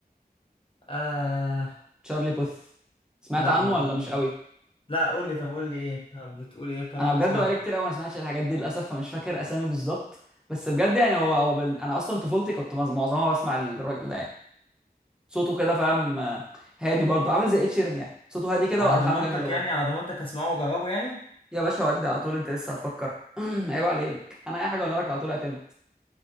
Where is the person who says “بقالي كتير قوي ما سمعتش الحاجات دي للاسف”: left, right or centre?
Centre